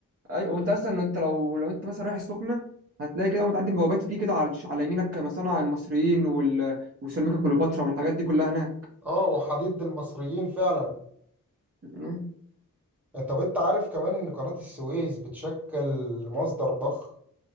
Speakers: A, on the right; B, in the centre.
A: ايوه وانت اصلا انت لو لو انت مثلا رايح السخنه هتلاقي كده متعدي بوابات فيه كده على على يمينك مصانع المصريين وال... وسيراميكا كليوباترا والحاجات دي كلها هناك
B: اه وحديد المصريين فعلا
A: مم.
B: طب انت عارف كمان ان قناة السويس بتشكل مصدر ضخم